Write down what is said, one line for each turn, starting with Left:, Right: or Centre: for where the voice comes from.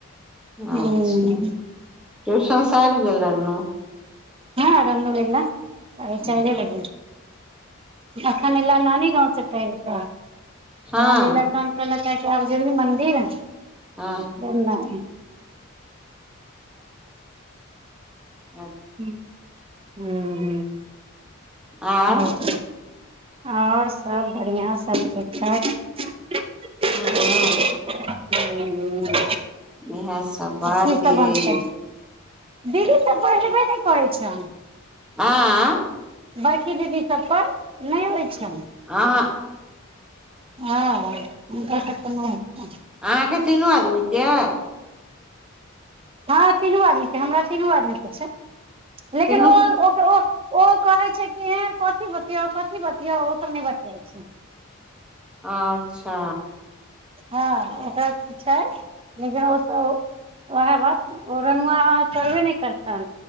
Centre: अच्छा
Right: हूं
Centre: ट्यूशन स आबि गेलै रेनु
Right: हँ रेनु ऐलो सारे
Centre: हँ
Right: चाइरे बजे अखन एलौ नानी गाँंव से टहल कऽ
Centre: हँ
Right: तहन एले तहन कहलक कहै आब जेबही मंन्दिर
Centre: हाँ
Right: नइ
Centre: हँ
Right: हू ह
Centre: आर
Right: और और सभ बढ़िआँ सभ ठीक ठाक
Centre: हँ
Right: हूँ हूँ
Centre: इएह सब बात
Right: की सब
Centre: यै
Right: बनतै दीदी सब बढ़बे नहि करै छ
Centre: आँ
Right: बड़की दीदी सब पर नहि होइ छै
Centre: आ
Right: हँ ओकर सबके नै होय छै
Centre: अहाँके तीनू आदमी के
Right: हँ तीनू आदमी के हमरा तीनू आदमी के छै लेकिन
Centre: तीनू
Right: ओ ओ ओ ओ कहे छै कि ए कथी बतियौ कथी बतियौ ओ सब नहि बते छै
Centre: अच्छा
Right: हँ ओ छै लिन ओ सब वएह बात ओ रनुआ करबे ने करतनि